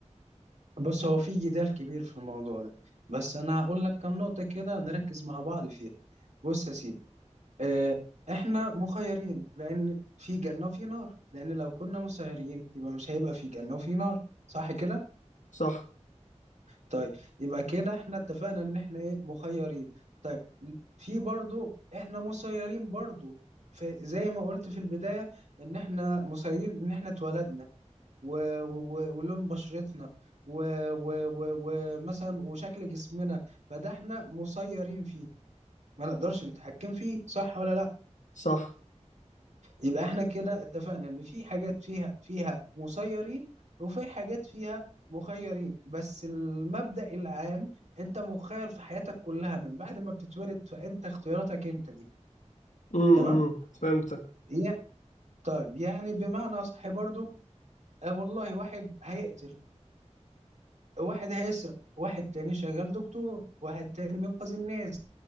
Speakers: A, on the right; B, on the left.
A: بص هو في جدال كبير في الموضوع ده بس انا هقول لك كم نقطة كده نركز مع بعض فيها بص يا سيدي آه، احنا مخيرين لان في جنة وفي نار لان لو كنا مسيرين يبقى مش هيبقى في جنة وفي نار صح كده
B: صح
A: طيب يبقى كده احنا اتفقنا ان احنا ايه مخيرين طيب في برضو احنا مسيرين برضو فزي ما قلت في البداية ان احنا مسيرين ان احنا اتولدنا و... و... ولون بشرتنا ومثلا و... و... و- ومثلا وشكل جسمنا فده احنا مسيرين فيه ما نقدرش نتحكم فيه صح ولا لا
B: صح
A: يبقى احنا كده اتفقنا ان في حاجات فيها فيها مسيرين وفي حاجات فيها مخيرين بس المبدأ العام انت مخير في حياتك كلها من بعد ما بتتولد فانت اختياراتك انت دي
B: امم
A: تمام
B: إمم. فهمتك
A: يعني- طيب يعني بمعنى اصح برضو آه والله واحد هيقتل واحد هيسرق واحد تاني شغال دكتور واحد تاني بينقذ الناس